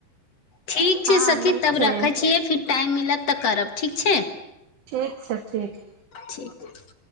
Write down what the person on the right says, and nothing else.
हँ
नीक
छै
ठीक छै ठीक